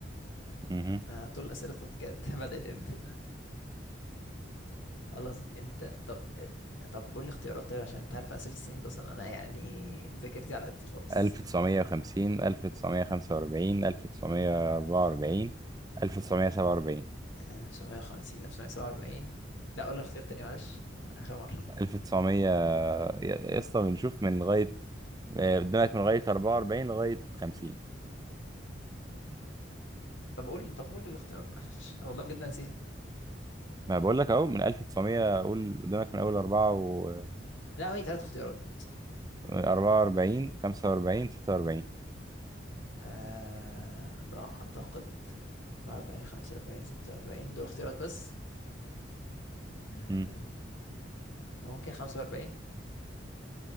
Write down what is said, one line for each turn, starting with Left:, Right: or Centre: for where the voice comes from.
Right: مهم.
Left: آه طول الأسئلة بتاعتي كانت <laughs> بدأت امتى <laughs> خلصت امتى طب آه، طب قول لي اختيارات طيب عشان انت عارف أسئلة السنين ده أصلا أنا يعني ذاكرتي على قد خالص
Right: 1950 1945 1944 1947
Left: 1950 1947 لا قول لي الاختيار تاني معلش آخر مرة
Right: 1900 يا اسطى بنشوف من لغاية آه، قدامك من لغاية 44 لغاية 50
Left: طب قول طب قول لي الاختيارات معلش <laughs> أنا والله بجد ناسيها
Right: ما بقول لك اهو من 1900 قول قدامك من اول 44
Left: لا هي تلات اختيارات
Right: 44 45
Left: مم.
Right: 46
Left: آه ده أعتقد 44 45 46 دول اختيارات بس آه
Right: امم
Left: ممكن 45